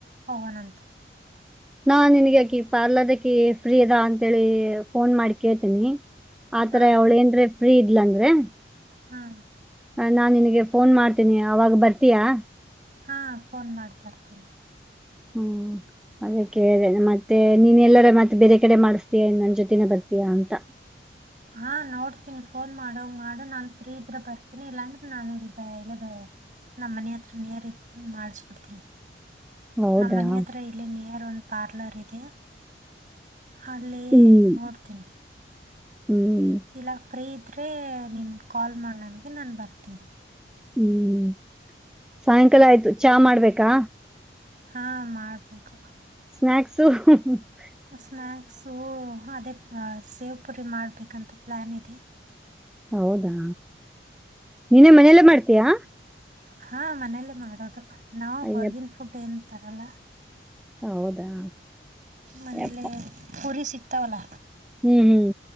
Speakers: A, on the right (about 45°); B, in the centre.
A: ಹೋಗೋಣಂತ <unintelligible>
B: ನಾ ನಿನ್ಗಕಿ ಪಾರ್ಲರ್ ಅಕಿ ಫ್ರೀ ಅದಾ ಅಂತೇಳಿ ಫೋನ್ ಮಾಡಿ ಕೇಳ್ತೀನಿ <unintelligible> ಆತರ
A: ಹಾಂ
B: ಅವಳೇಏನ್ರಾ ಫ್ರೀ ಇದ್ಲ ಅಂದ್ರೆ. <unintelligible>
A: ಹ್ಮ್ <unintelligible>
B: ನಾನ್ ನಿನಗೆ ಫೋನ್ ಮಾಡ್ತೀನಿ ಅವಾಗ ಬರ್ತೀಯಾ <unintelligible>
A: ಹಾ ಫೋನ್ ಮಾಡ್ತಾರ್ತೀನಿ
B: ಹ್ಮ್ ಅದಕ್ಕೆೇಳ ಮತ್ತೆ ನೀನ್ ಎಲ್ಲರ ಮತ್ತೆ ಬೇರೆ ಕಡೆ ಮಾಡಿಸಸ್ತೀಯ ನನ್ ಜೊತನೆೇ ಬರ್ತೀ ಯ ಅಂತ <unintelligible>
A: ಹಾ ನೋಡ್ತೀನಿ ಫೋನ್ ಮಾಡು ಮಾಡು ನಾನ್ ಫ್ರೀ ಇದ್ರ ಬರ್ತೀನಿ ಇಲ್ಲಾಂದ್ರೆ ನಾನು ಬ ಇಲ್ಲ ಬ. ನಮ್ಮ ಮನೆ ಹತ್ರನೇ ಮಾಡಿಸಬಿಡ್ತೀನಿ
B: ಹೌದಾ
A: ನಮ್ಮ ಮನೆ ಹತ್ರ ಇಲ್ಲಿ ನಿಯರ್ ಒಂದು ಪಾರ್ಲರ್ ಇದೆ ಅಲ್ಲಿ
B: ಹ್ಮ್
A: ನೋಡ್ತೀನಿ <unintelligible>
B: ಹ್ಮ್
A: ಇಲ್ಲ ಫ್ರೀ ಇದ್ದ್ರರೆ ನಿನು ಕಾಲ್ ಮಾಡ ನನಗೆ ನಾನ್ ಬರ್ತೀನಿ.
B: ಹ್ಮ್ ಸಾಯಂಕಾಲ ಆಯ್ತು ಚಾ ಮಾಡ್ಬೇಕಾ.
A: ಹಾ ಮಾಡ್ಬೇಕು. <unintelligible>
B: ಸ್ನಾಕ್ಸು. <inaudible>
A: ಸ್ನ್ಯಾಕ್ಸು ಅದೇ ಸೇವ್ ಪುರಿ ಮಾಡ್ಬೇಕಂತ ಪ್ಲಾನ್ ಇದೆ.
B: ಹೌದಾ ನೀನೇ ಮನೆಯಲ್ಲ ಮಾಡ್ತೀಯಾ.
A: ಹಾ ಮನೇಲಿ ಮಾಡೋದು ನಾವವು
B: ಅಯ್ಯಪ್ಪ
A: ಹೊರಗಿನ ಫುಡ್ ಏನ್ ತರಲ್ಲ.
B: ಹೌದಾ.
A: ಮನೇಲೆ
B: ಯಪ್ಪ
A: ಕುರಿ ಸಿಕ್ತಾವಲ್ಲ.
B: ಹ್ಮ್ ಹ್ಮ್.